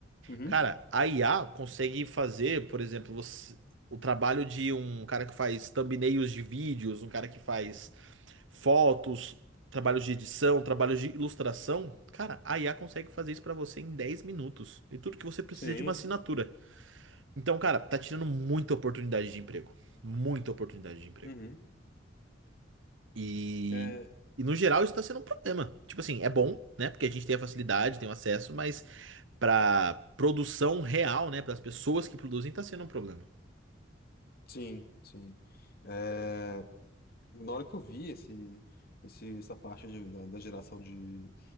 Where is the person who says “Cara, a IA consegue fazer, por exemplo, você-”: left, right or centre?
Right